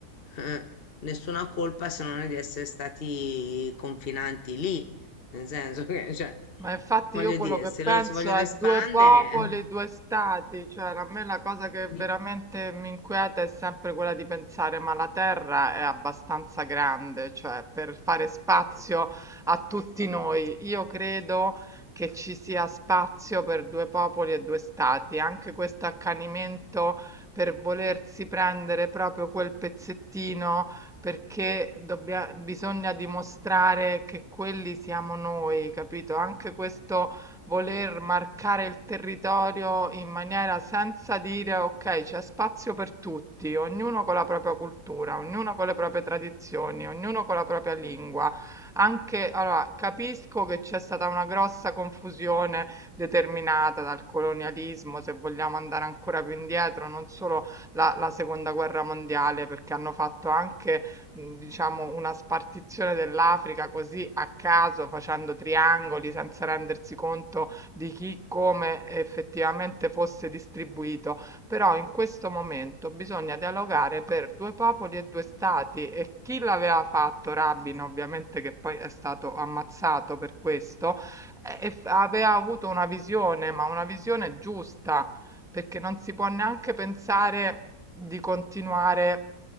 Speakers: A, on the left; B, in the centre.
A: eh, nessuna colpa se non di essere stati confinanti lì, nel senso che, cioè,
B: Ma infatti
A: voglio
B: io quello
A: dire,
B: che
A: se
B: penso
A: loro si vogliono
B: è
A: espandere,
B: due popoli, due stati, cioè a me la cosa che veramente
A: eh,
B: mi inquieta è sempre quella di pensare, ma la Terra è abbastanza grande, cioè per fare spazio a tutti noi. Io credo che ci sia spazio per due popoli e due stati, anche questo accanimento per volersi prendere proprio quel pezzettino perché dobbia bisogna dimostrare che quelli siamo noi, capito? Anche questo voler marcare il territorio in maniera senza dire: "Okay, c'è spazio per tutti", ognuno con la propria cultura, ognuno con le proprie tradizioni, ognuno con la propria lingua. Anche allora, capisco che c'è stata una grossa confusione determinata dal colonialismo, se vogliamo andare ancora più indietro, non solo la la seconda guerra mondiale, perché hanno fatto anche mhmm, diciamo una spartizione dell'Africa così a caso, facendo triangoli senza rendersi conto di chi, come effettivamente fosse distribuito. Però in questo momento bisogna dialogare per 2 popoli e 2 stati e chi l'aveva fatto, Rabin ovviamente che poi è stato ammazzato per questo, e e f aveva avuto una visione, ma una visione giusta, perché non si può neanche pensare di continuare